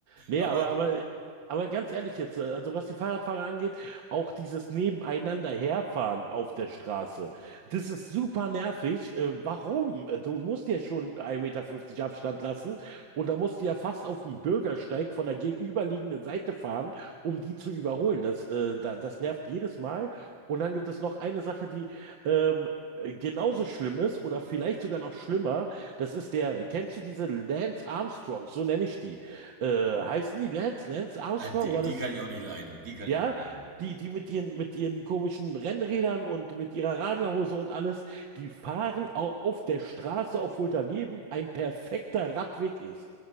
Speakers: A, on the right; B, on the right.
A: Nee,
B: Aber
A: aber, aber, aber ganz ehrlich jetzt, äh, also was die Fahrradfahrer angeht, auch dieses nebeneinander herfahren auf der Straße, das ist super nervig. Äh, warum? Äh, Du musst ja schon 1,50 Meter Abstand lassen und da musst du ja fast auf den Bürgersteig von der gegenüberliegenden Seite fahren, um die zu überholen. Das, äh, da, das nervt jedes Mal. Und dann gibt es noch eine Sache, die ähm, genauso schlimm ist oder vielleicht sogar noch schlimmer. Das ist der, kennst du diese Lance Armstrong? So nenne ich die. Äh, heißen die Lance? Lance Armstrong?
B: äh, die,
A: War
B: die
A: das,
B: kann ich auch nicht leiden. Die kann
A: ja?
B: ich auch nicht leiden.
A: Die, die mit ihren, mit ihren komischen Rennrädern und mit ihrer Radlerhose und alles, die fahren au- auf der Straße, obwohl daneben ein perfekter Radweg ist.